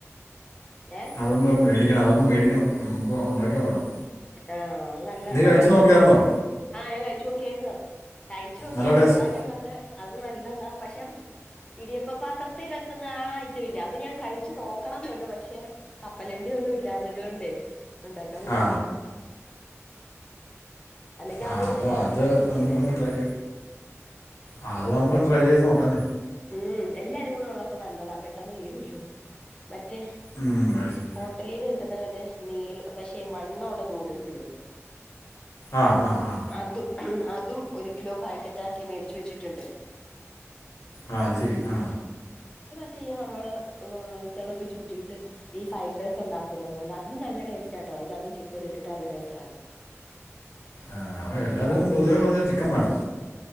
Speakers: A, on the left (about 20°); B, on the left (about 70°).
A: ഏ
B: അതൊന്ന് മേടിക്കണം അതൊന്ന് മേടിക്കണം നമുക്ക് ഉണ്ടാക്കി നോക്കണം
A: ആ നല്ല
B: നീ
A: നല്ലതാ
B: കഴിച്ചു നോക്കിയാരുന്നോ
A: അത് ആ ഞാൻ കഴിച്ചു നോക്കിയാരുന്നു കഴിച്ചു നോക്കിയാരുന്നു
B: നല്ല ടേസ്റ്റ്
A: അതാ ഞാൻ പറഞ്ഞെ അത് നല്ലതാ പക്ഷേ പക്ഷെ ഇടിയപ്പ പാത്രത്തിൽ വെക്കുന്ന ആ ഐറ്റം ഇല്ലേ അത് ഞാൻ കഴിച്ചു നോക്കണോന്നുണ്ട് പക്ഷെ കപ്പലണ്ടി ഒന്നും ഇല്ലാഞ്ഞതുകൊണ്ടേ ഉണ്ടാക്കാൻ പറ്റിയില്ല
B: ആ
A: അല്ലെങ്കിൽ
B: ആ
A: അതും
B: അപ്പൊ
A: ഒന്ന് ഞാൻ
B: അത്
A: ഉണ്ടാക്കി നോക്കിയേനെ
B: നമുക്കൊന്ന് ട്രൈ ആ അത് നമുക്കൊന്ന് ട്രൈ ചെയ്ത് നോക്കാന്നേ
A: ഉം എല്ലാരും കൂടെ ഉള്ളപ്പോ നല്ലതാ പെട്ടെന്ന് തീരുവല്ലോ മറ്റേ
B: ഉം അത് ശ-
A: ഹോട്ടലീന്ന് മറ്റേ നീ പക്ഷെ വണ്ണം ഉള്ള നൂഡിൽസ് ഇല്ലേ
B: ആ ആ ആ
A: അതും അതും ഒരു കിലോ പായ്ക്കറ്റാക്കി മേടിച്ച് വെച്ചിട്ടുണ്ട്
B: ആ അത് ശരി ആ
A: റ്റേ നമ്മള് തിളപ്പിച്ച് ഊറ്റിയിട്ട് ഈ ഫ്രൈഡ്റൈസ് ഉണ്ടാക്കുന്ന പോലെ അതും നല്ല ടേസ്റ്റാട്ടോ അതിന്റകത്തും ചിക്കൻ ഇട്ടിട്ട് നല്ല ടേസ്റ്റാ അതും
B: ആ ആ എല്ലാത്തിനും
A: ആ
B: പൊതുവേ പറഞ്ഞാ ചിക്കൻ വേണം